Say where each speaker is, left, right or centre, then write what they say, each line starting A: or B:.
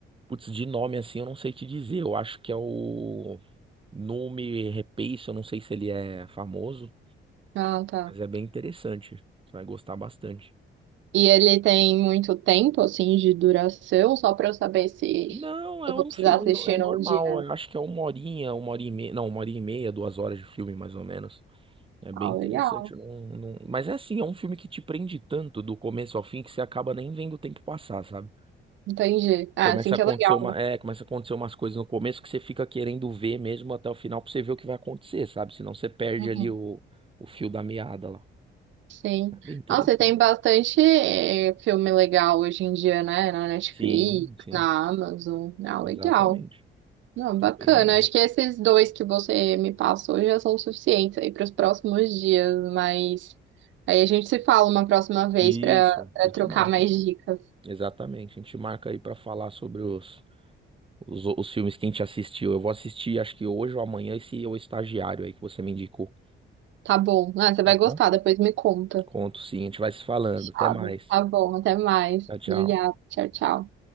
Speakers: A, on the right (about 25°); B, on the right (about 70°).
A: Putz, de nome assim, eu não sei te dizer. Eu acho que é o Nome Rapace, eu não sei se ele é famoso,
B: Ah, tá.
A: mas é bem interessante. Você vai gostar bastante.
B: E ele tem muito tempo, assim, de duração, só pra eu saber se
A: Não, é
B: eu
A: um
B: vou precisar
A: filme,
B: assistir
A: no- é normal.
B: num dia.
A: Eu acho que é uma horinha, uma hora e meia. Não, uma hora e meia, duas horas de filme, mais ou menos. É
B: Ah,
A: bem interessante.
B: legal.
A: Não, não... Mas é assim, é um filme que te prende tanto do começo ao fim que você acaba nem vendo o tempo passar, sabe?
B: Entendi. Ah,
A: Começa
B: assim que
A: a acontecer
B: é legal,
A: uma,
B: né?
A: é, começa a acontecer umas coisas no começo que você fica querendo ver mesmo até o final pra você ver o que vai acontecer, sabe? Senão você perde
B: Uhum.
A: ali o, o fio da meada lá.
B: Sim.
A: É bem interessante.
B: Nossa, e tem bastante eh, filme legal hoje em dia, né? Na Netflix,
A: Sim, sim,
B: na Amazon. Ah,
A: exatamente.
B: legal. Não, bacana.
A: É bem legal.
B: Acho que esses dois que você me passou já são suficientes aí para os próximos dias, mas aí a gente se fala uma próxima vez
A: Isso,
B: para
A: a gente
B: trocar
A: marca.
B: mais dicas.
A: Exatamente, a gente marca aí pra falar sobre os, os, os filmes que a gente assistiu. Eu vou assistir, acho que hoje ou amanhã, esse é O Estagiário aí que você me indicou.
B: Tá bom. Ah, você
A: Tá
B: vai
A: bom?
B: gostar, depois me conta.
A: Conto sim, a gente vai se falando.
B: Fechado.
A: Até mais.
B: Tá bom, até mais.
A: Tchau, tchau.
B: Obrigada. Tchau, tchau.